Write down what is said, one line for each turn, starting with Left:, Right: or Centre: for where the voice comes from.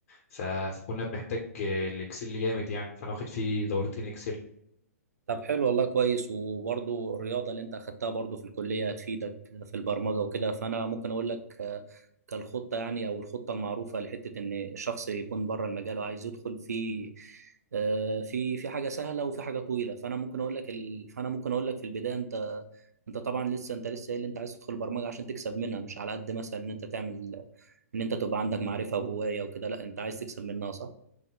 Left: ف- فكنا بنحتاج الاكسل جامد يعني فانا واخد فيه دورتين اكسل
Right: طب حلو والله كويس وبرضو الرياضة اللي انت اخدتها برضو في الكلية هتفيدك في البرمجة وكده فانا ممكن اقول لك آه، كالخطة يعني او الخطة المعروفة لحتة ان الشخص يكون بره المجال وعايز يدخل في آه، في في حاجة سهلة وفي حاجة طويلة فانا ممكن اقول لك ال... فانا ممكن اقول لك في البداية انت انت طبعا لسه انت لسه قايل انت عايز تدخل برمجة عشان تكسب منها مش على قد مثلا ان انت تعمل ان انت تبقى عندك معرفة وهواية وكده لا انت عايز تكسب منها صح